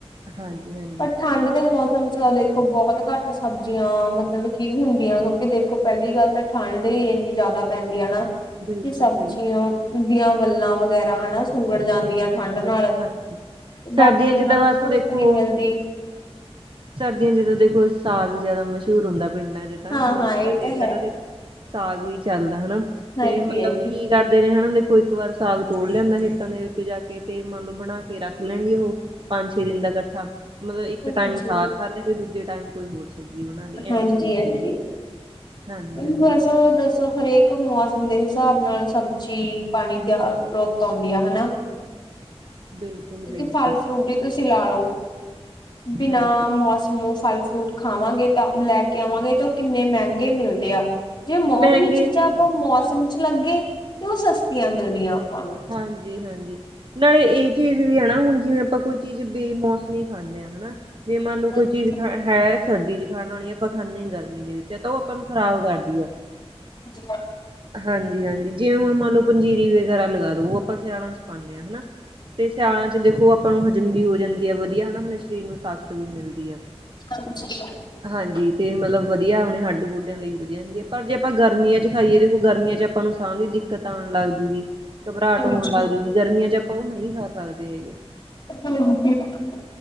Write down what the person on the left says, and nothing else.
ਪਰ ਠੰਡ। ਦੇ ਮੌਸਮ ਚ ਤਾਂ ਦੇਖੋ ਬਹੁਤ ਘੱਟ ਸਬਜ਼ੀਆਂ, ਮਤਲਬ ਕੀ ਹੁੰਦੀਆਂ, ਕਿਉਂਕਿ ਦੇਖੋ ਪਹਿਲੀ ਗੱਲ ਤਾਂ ਠੰਡ ਹੀ ਇੰਨੀ ਜ਼ਿਆਦਾ ਪੈਂਦੀ ਐ ਹਨਾ।
ਕਿ ਸਬਜ਼ੀਆਂ
ਦੀਆਂ ਵੱਲਾਂ ਵਗੈਰਾ, ਹਨਾ ਸੁੰਗੜ ਜਾਂਦੀਆਂ ਨੇ। ਠੰਢ ਨਾਲ,
ਬਾਕੀ
ਉਹਨਾਂ
ਨੂੰ
ਧੁੱਪ
ਨੀ ਮਿਲ
ਹਾਂ-ਹਾਂ
ਇਹ ਤਾਂ
ਹੈ
ਹਾਂਜੀ-ਹਾਂਜੀ।
ਹਾਂਜੀ,
ਹਾਂਜੀ-ਹਾਂਜੀ।
<inaudible> ਹਰੇਕ
ਮੌਸਮ ਦੇ ਹਿਸਾਬ ਨਾਲ, ਸਬਜ਼ੀ- ਪਾਣੀ ਦਾ ਰੁੱਤ ਆਉਂਦੀ ਐ ਹਨਾ। ਕਿਉਂਕਿ
ਫਲ ਫਰੂਟ ਹੀ ਤੁਸੀਂ ਲਾ ਲੋ। ਬਿਨਾਂ
ਮੌਸਮੋ ਫਲ- ਫਰੂਟ ਖਾਵਾਂਗੇ, ਤਾਂ ਲੈ ਕੇ ਆਵਾਂਗੇ, ਤੇ ਉਹ ਕਿੰਨੇ ਮਹਿੰਗੇ ਮਿਲਦੇ ਆ। ਜੇ ਮੌਹ
ਦੀਆਂ ਚੀਜ਼ਾਂ
ਆਪਾਂ ਮੌਸਮ ਚ ਲੱਗੇ, ਤੇ ਉਹ ਸਸਤੀਆਂ ਮਿਲਦੀਆਂ
ਆਪਾਂ ਨੂੰ।
ਹਾਂਜੀ
ਹਾਂਜੀ
ਹਾਂਜੀ।
ਹਾਂਜੀ
<unintelligible>